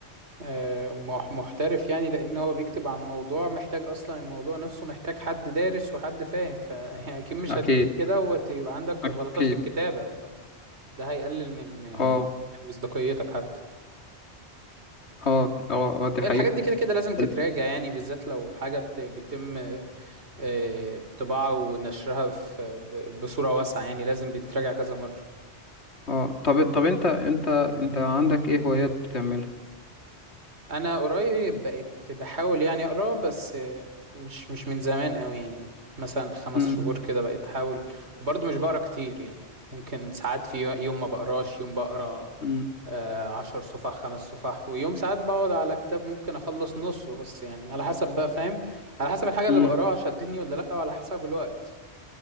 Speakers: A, on the right (about 70°); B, on the left (about 75°).
A: آه، مح- محترف يعني لان هو بيكتب عن موضوع محتاج اصلا الموضوع نفسه محتاج حد دارس وحد فاهم فاكيد <laughs> مش
B: أكيد
A: هتكتب كده ويبقى عندك
B: أكيد
A: غلطات في الكتابة فده هيقلل من يعني
B: أه
A: من مصداقيتك حتى
B: أه أه آه، دي
A: هي
B: حقيقة
A: الحاجات دي كده كده لازم تتراجع
B: ال-
A: يعني بالذات لو حاجة بت- بيتم آه، طباعة ونشرها في ب- بصورة واسعة يعني لازم بيتراجع كذا مرة
B: أه طب طب أنت أنت أنت عندك إيه هوايات بتعملها؟
A: انا قريب بقيت بحاول يعني اقرا بس مش مش من زمان قوي يعني مثلا خمس
B: امم
A: شهور كده بقيت احاول وبرضه مش بقرا كتير يعني ممكن ساعات في يوم ما بقراش يوم بقرا
B: امم
A: آه، عشر صفح خمس صفح ويوم ساعات بقعد على كتاب ممكن اخلص نصه بس يعني على حسب بقى فاهم على حسب الحاجة اللي
B: امم
A: بقراها شدتني ولا لا وعلى حسب الوقت